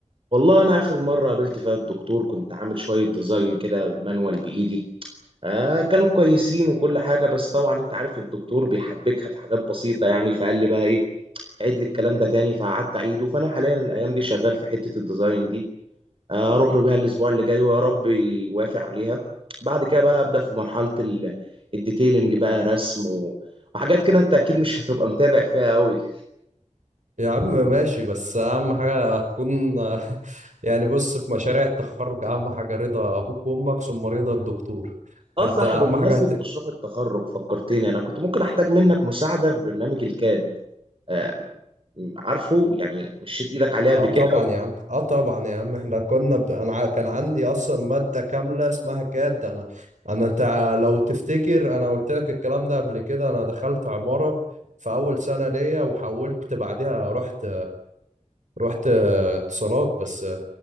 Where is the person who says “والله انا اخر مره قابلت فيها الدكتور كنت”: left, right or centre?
Right